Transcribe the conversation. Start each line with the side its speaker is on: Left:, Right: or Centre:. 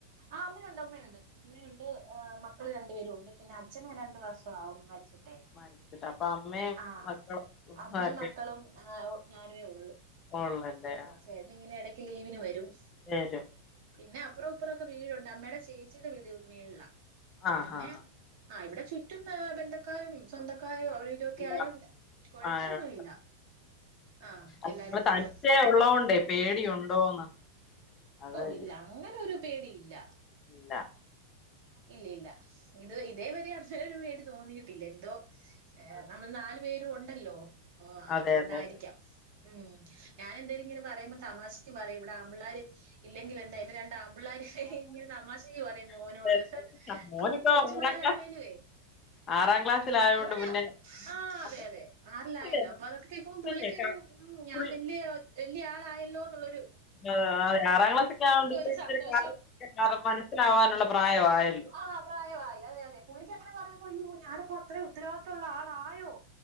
Right: ആഹ് അമ്മയുണ്ട് അമ്മയുണ്ട് അമ്മയുണ്ട് ആഹ് മക്കൾ രണ് ണ്ട് പേരുണ്ട് പിന്നെ അച്ഛനെ രണ്ട് വർഷം ആവുന്നു മരിച് ട്ട്
Left: മരിച്ചിട്ട് അപ്പൊ അമ്മയും
Right: ആഹ്
Left: മക്കളും
Right: അമ്മയും
Left: ഒക്കെ
Right: മക്കളും ഞാനേ ഒള്ളു
Left: ഉള്ളോല്ലേ ആഹ്
Right: ചേട്ടനിങ്ങനെ എടയ്ക്ക് ലീവിന് വരും
Left: ഏഹ്
Right: പിന്നെ അപ്പറൂം ഇപ്പറൂം ഒക്കെ വീടുണ്ട് അമ്മയുടെ ചേച്ചീയിടെ വീട് മേളിലാ
Left: ആഹ്
Right: പിന്നെ
Left: ആഹ്
Right: ആഹ് ഇവിടെ ചുറ്റും ഏ ബന്ധക്കാരും സ്വന്തം ക്കാരും അവിടെവിടൊക്കെ
Left: ആഹ്
Right: ആയോണ്ട് കൊഴപ്പൊന്നുല്ല.
Left: ആയുണ്ട്
Right: ആ
Left: നിങ്ങള്
Right: എല്ലാരും ഉണ്ട്
Left: തനിച്ചേ ഉള്ളോണ്ടേ പേടിയുണ്ടോന്ന്?? അതാ
Right: ഓ ഇല്ല അങ്ങനെ ഒരു പേടിയില്ല.
Left: ഇല്ലാ
Right: ഇല്ല ഇല്ല ഇത് ഇതേവരെ അങ്ങനൊരു പേടി തോന്നിയിട്ടില്ല. എന്തോ ഏ
Left: ആഹ്
Right: നമ്മൾ നാലു പേര് ഉണ്ടല്ലോ ആഹ്
Left: അതെ
Right: അത് കൊണ്ടായിരിക്കാം.
Left: അതെ അതെ
Right: ഉം ഞാന് എന്തേലും ഇങ്ങനെ പറയുമ്പോ തമാശക്ക് ക് പറയും ഇവിടെ ആമ്പിള്ളാര് ഇല്ലെങ്കിൽ എന്താ എന്റെ രണ്ട് ആമ്പിള്ളാര് ഇങ്ങനെ തമാശക്ക് പറയും മോനോട്.
Left: അത് മോനിപ്പോ
Right: കൊ കൊച്ച്
Left: ആറാം
Right: പിള്ളേരാണേലുവേ
Left: ക്ലാസ് ആറാം ക്ലാസ്സിലായോണ്ട്
Right: അവനാ
Left: പിന്നെ
Right: ആഹ് അതെ
Left: അത്
Right: അതെ ആറിലായല്ലോ
Left: അല്ലേ,
Right: അപ്പൊ അതൊക്കെ കേൾക്കുമ്പോ പുള്ളിക്കൊരു
Left: പിന്നെ
Right: ഉം ഞാൻ
Left: ഫുൾ
Right: വെല്ല്യ വെല്ല്യ ആളായല്ലോ ന്നുള്ളൊരു
Left: ആഹ് ആറാം ക്ലാസ്സൊക്കെ ആവുമ്പഴത്തേക്കിനും
Right: ഒരു സന്തോഷം
Left: കാര്യങ്ങൾ മനസ്സിലാവാനുള്ള പ്രായമായല്ലോ
Right: ആഹ് പ്രായമായി അതെ അതെ പുളിക്കങ്ങനെ പറഞ്ഞപ്പോ അയ്യോ ഞാനിപ്പം ഇത്ര ഉത്തരവാദിത്തൊള്ള ആളായോ